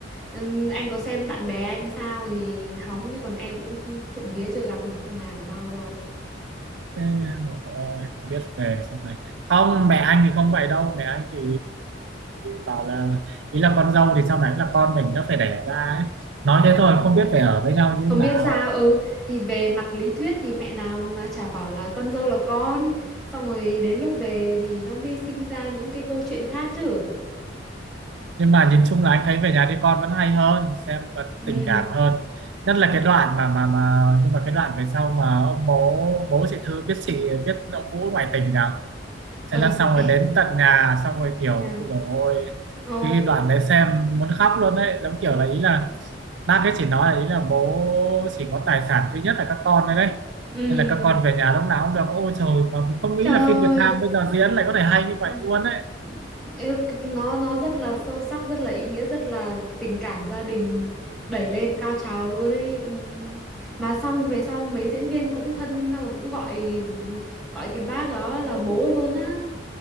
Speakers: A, in the centre; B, on the right.
A: ừm, anh có xem bạn bè anh sao thì hóng như còn em cũng trộm vía chưa gặp thằng nào mama boy
B: Thế, ôi, không biết về sau này không mẹ anh thì không vậy đâu mẹ anh thì bảo là ý là con dâu thì sau này là con mình đã phải đẻ ra ấy. nói thế thôi
A: Ừ.
B: không biết phải ở với nhau như
A: Không
B: thế nào
A: biết sao ừ thì về mặt lý thuyết thì mẹ nào mà chả bảo là con dâu là con xong rồi đến lúc về thì nó mới sinh ra những cái câu chuyện khác chứ
B: nhưng mà nhìn chung là anh thấy về nhà đi con vẫn hay hơn xem vẫn
A: ừ
B: tình cảm hơn nhất là cái đoạn mà mà mà nhưng mà cái đoạn về sau mà ông bố bố chị Thư biết chị biết ông Vũ ngoại tình nhỉ
A: ờ
B: thế là xong
A: ê
B: rồi đến tận nhà xong rồi kiểu
A: tận nhà
B: rồi ôi
A: ồ
B: cái đoạn đấy xem muốn khóc luôn đấy giống kiểu
A: khóc
B: là ý là
A: ừ
B: bác ấy chỉ nói là ý là bố chỉ có tài sản duy nhất là các con đấy đấy
A: Ừ,
B: nên là các con về nhà lúc nào cũng được ôi trời mà không
A: trời
B: nghĩ là phim Việt Nam
A: ơi
B: bây giờ diễn lại có thể hay như
A: Ừ.
B: vậy luôn đấy
A: Yêu- nó nó rất là sâu sắc rất là ý nghĩa rất là tình cảm gia đình đẩy lên cao trào luôn ấy Ừm. mà xong về sau mấy diễn viên cũng thân xong rồi cũng gọi bố- gọi cái bác đó là bố luôn á